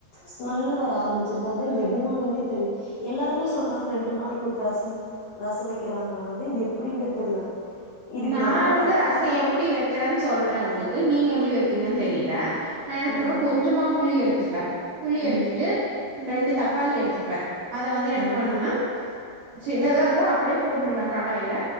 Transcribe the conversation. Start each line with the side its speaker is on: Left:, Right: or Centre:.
Left: ஸ்மெல்லு வர ஆரம்பிச்சிருது அது எதுனாலனே தெர்ல எல்லாருமே சொல்றாங்க ரெண்டு நாளைக்கு ஒரு ரசொ ரசொ வக்கிறாங்கறாங்க அதே எப்டின்னு தெர்ல இதுக்கு
Right: நா
Left: நானு
Right: வந்து
Left: கரெக்டா
Right: ரசொ எப்டி வெ க்கறேன்னு சொல்றே ஒங்களுக்கு நீங்க எப்டி வப்பீங்கன்னு தெரில நா என்ன பண்ணுவே
Left: ம்
Right: கொஞ்சமா புளி எடுத்துப்பே புளி எடுத்துகிட்டு
Left: ம்
Right: ரெண்டு தக்காளி எடுத்துப்பே அத வந்து என்ன
Left: ம்
Right: பண்ணுவனா சின்னத இருந்தா அப்டியே போட்டுர்வே கடாயில